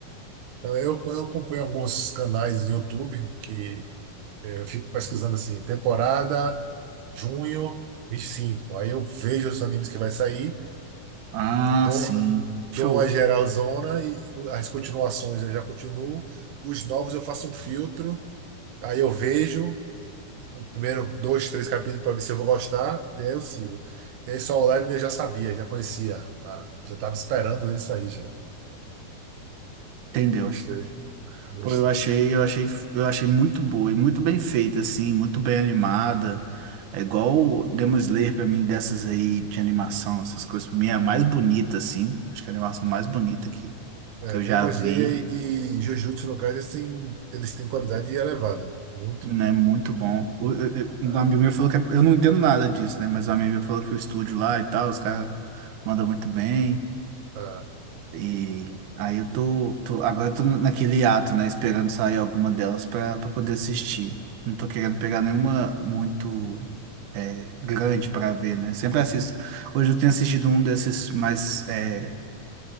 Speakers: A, on the right; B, on the right.
A: Então, eu, eu acompanho alguns canais de YouTube que é, eu fico pesquisando assim, temporada junho vinte e cinco Aí eu vejo os animes que vai sair,
B: Ah,
A: dou,
B: sim. Show.
A: dou uma geralzona e as continuações eu já continuo. Os novos eu faço um filtro, aí eu vejo, O primeiro dois, três capítulos para ver se eu vou gostar, e aí eu sigo. E aí só o Levin eu já sabia, já conhecia. Ah, já estava esperando ele sair, já.
B: Entendeu?
A: Eu gostei, gostei.
B: Pô, eu achei, eu achei, eu achei muito boa e muito bem feita, assim, muito bem animada. É igual o Demon Slayer pra mim, dessas aí de animação, essas coisas, pra mim é a mais bonita, assim. Acho que é a animação mais bonita que,
A: É,
B: que eu já
A: Demon
B: vi,
A: Slayer e Jujutsu, no caso, eles têm, eles têm qualidade elevada. Muito.
B: né? Muito bom. O- eu- eu- Um
A: Ah,
B: amigo meu falou que é- eu não entendo nada disso, né? Mas um amigo meu falou que o estúdio lá e tal, os caras mandam muito bem.
A: ah.
B: E aí eu tô, tô- agora eu tô naquele ato, né, esperando sair alguma delas pra pra poder assistir. Não tô querendo pegar nenhuma muito é, grande pra ver, né? Sempre assisto. Hoje eu tenho assistido um desses mais, é,